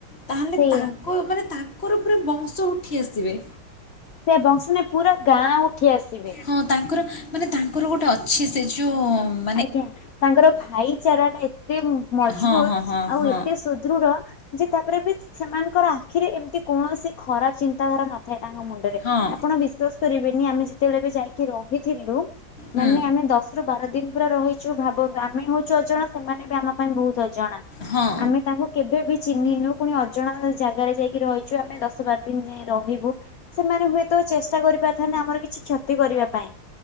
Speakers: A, on the left; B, on the left.
A: ତାହେଲେ
B: ସେଇଆ
A: ତାଙ୍କ ମାନେ ତାଙ୍କର ପୁରା ବଂଶ ଉଠି ଆସିବେ।
B: ସେ ବଂଶ ନାଇଁ ପୁରା ଗାଁ ଉଠି ଆସିବେ।
A: ହଁ ତାଙ୍କର ମାନେ ତାଙ୍କର ଗୋଟେ ଅଛି ସେ ଯେଉ ଉ
B: ଆଜ୍ଞା ତାଙ୍କର ଭାଇଚାରା ଟା ଏତେ ମଜବୁତ
A: ହଁ ହଁ ହଁ
B: ଆଉ
A: ହଁ
B: ଏତେ ସୁଦୃଢ ଯେ ତାପରେ ବି ସେମାନଙ୍କର ଆଖିରେ ଏମିତି କୌଣସି ଖରାପ ଚିନ୍ତାଧାରା ନଥାଏ ତାଙ୍କ ମୁଣ୍ଡ
A: ହଁ
B: ଆପଣ ବିଶ୍ୱାସ କରିବେନି ଆମେ ଯେତେବେଳେ ବି ଯାଇକି ରହିଥିଲୁ
A: ହୁଁ
B: ମାନେ ଆମେ ଦ ସେଥିରୁ ବାର ଦିନ ପୁରା ରହି ଯୋଉ ଭାବନ୍ତୁ ଆମେ ହଉଛୁ ଅଜଣା ସେମାନେ ବି ଆମ ପାଇଁ ବହୁତ ଅଜଣା
A: ହଁ
B: ଆମେ ତାଙ୍କୁ। କେବେ ବି ଚିହ୍ନି ନୁ ପୁଣି ଅଜଣା ଜାଗାରେ ଯାଇକି ରହିଛୁ ଆମେ ଦଶ ବାର ଦିନ ଯାଏଁ ରହିବୁ। ସେମାନେ ହୁଏତ ଚେଷ୍ଟା କରିପାରିଥାନ୍ତେ ଆମର କିଛି କ୍ଷତି କରିବା ପାଇଁ।